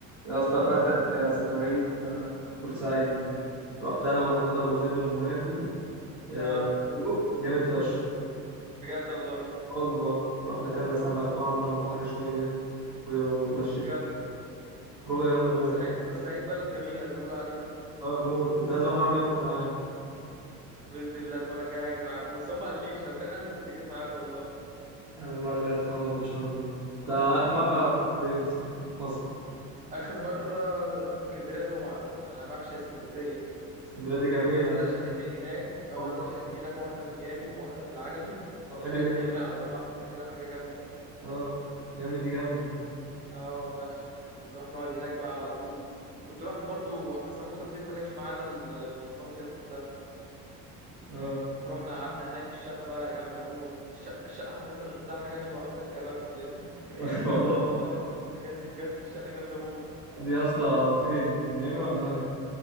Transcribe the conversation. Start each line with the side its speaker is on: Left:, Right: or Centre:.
Centre: يا اسطى فاتك سفرية آه، بورسعيد دي رحت انا ومحمود ابو زيد وموافي آه،
Right: اه
Centre: يوم جامد فشخ
Right: بجد والله
Centre: والله رحنا كلنا سمك وقعدنا على البحر شوية و- واتمشينا
Right: اوف جامده
Centre: خروجة جامدة موت
Right: بورسعيد بورسعيد بلد جميله بيقولوا عليها
Centre: اه موت انت لازم المرة الجاية تروح معانا
Right: باذن الله المره الجايه هاجي معاكم بس هو ما قاليش لو كان قال لي كنت جيت معاك والله
Centre: يعني المرة الجاية تتعود ان شاء الله انت اخر
Right: باذن الله
Centre: مرة رحت فين صح؟ مصيف
Right: اخر مره رحت اسكندريه طبعا انا بعشق اسكندريه
Centre: اسكندرية دي جميلة
Right: عندنا شقتين هناك اه
Centre: والله
Right: عندنا شقتين هناك واحده في ميامي وواحده في العجمي
Centre: انا بحب
Right: شقه
Centre: ميامي
Right: ميامي على البحر كده حاجه جامده
Centre: اه ميامي دي جامدة
Right: اه فشخ يعني بنروح نقعد هناك بقى على طول كنت رحت برضو بس محمود ابو زيد ما جاش معانا المصيف ده
Centre: اه
Right: رحنا قعدنا هناك الشقة بقى جامدة موت الشقة, الشقة عارف انت لو شفتها حاجة شبه قصر الكبابجي كده <laughs>
Centre: <laughs> والله
Right: الإضاءة بقى والحاجات دي بجد الشقة جامدة موت
Centre: دي يا اسطى فين ميامي ولا عجم